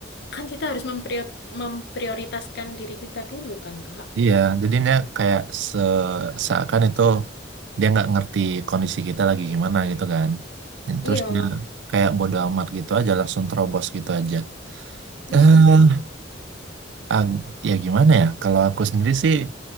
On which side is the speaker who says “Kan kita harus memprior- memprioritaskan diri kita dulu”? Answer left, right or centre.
Left